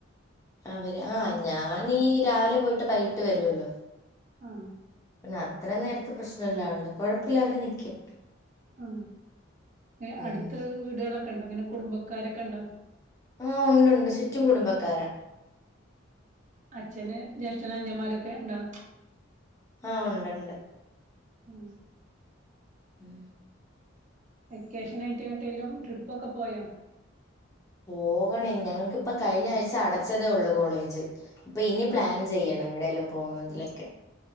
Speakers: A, on the left; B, on the right.
A: അവര് ആഹ് ഞാനീ രാവിലെ പോയിട്ട് വൈകിട്ട് വരുവല്ലോ
B: ആ
A: അത്ര നേരത്തെ പ്രശ്നല്ലേ ഒള്ളു കൊഴപ്പില്ല അവര് നിക്കും
B: ആ എ
A: ഉം.
B: അടുത്ത് വീടുകള ണ്ടോ അങ്ങനെ കുടുംബക്കാരൊക്കെ ഉണ്ടോ
A: ആഹ് ഉണ്ട് ഉണ്ട് ചുറ്റും കുടുംബക്കാരാ
B: ആ അച്ഛന് ജേഷ്ഠഅനിയന്മാരൊക്കെ ഉണ്ടോ
A: ആ ഉണ്ട് ഉണ്ട്
B: ആ
A: ഉം
B: വെക്കേഷൻ ആയിട്ട്ങ്ങട്ടെലും ട്രിപ്പ് ഒക്കെ പോയോ
A: പോകണേ ഞങ്ങക്കിപ്പ കഴിഞ്ഞ ആഴ്ച അടച്ചതേ ഉള്ളൂ കോളേജ് പ്പെ ഇനി പ്ലാൻ
B: ആഹ്
A: ചെയ്യണം എവിടെല്ലം പോണങ്കിലൊക്കെ